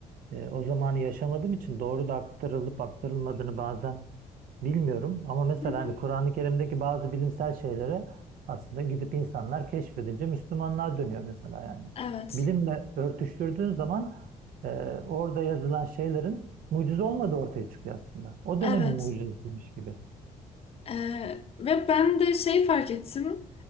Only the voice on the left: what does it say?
Hı hı.
Evet.
Evet.
Ee, ve ben de şey fark ettim.